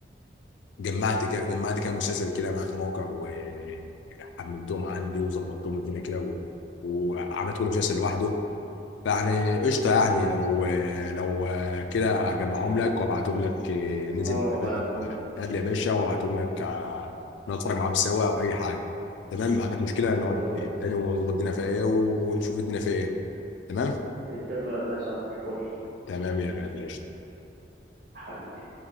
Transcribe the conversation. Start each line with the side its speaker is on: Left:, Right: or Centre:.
Left: جمعت كده جمعت كام مسلسل كده مع مواقع وحملتهم عندي وظبطتهم الدنيا كده و... وعملت كل مسلسل لوحده فيعني قشطه يعني لو لو كده اجمعهم لك وابعتهم لك ننزل
Right: اه بعتهم لي
Left: نتقابل يا باشا وابعتهم لك ع- نقعد نتفرج معاهم سوا او اي حاجه تمام عندك مشكله نقعد
Right: خلاص
Left: تاني ونظبط الدنيا فيها ايه ونشوف الدنيا فيها ايه تمام
Right: اتفقنا يا صاحبي فل
Left: تمام يا غالي قشطة.
Right: حبيبي